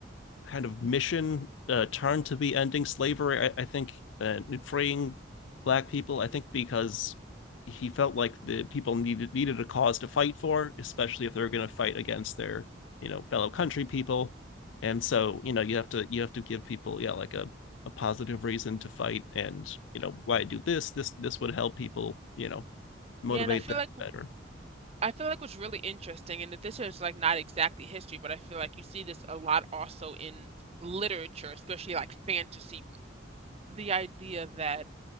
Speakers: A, on the left; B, on the right.
A: kind of mission uh, turn to be ending slavery. I, I think uh, freeing black people. I think because he felt like the people needed needed a cause to fight for, especially if they are going to fight against their you know fellow country people. And so you know you have to you have to give people yeah like a a positive reason to fight and you know why do this this this would help people you know motivate
B: Yeah, and I feel
A: them
B: like
A: better.
B: I feel like what's really interesting, and this is like not exactly history, but I feel like you see this a lot also in literature, especially like fantasy, the idea that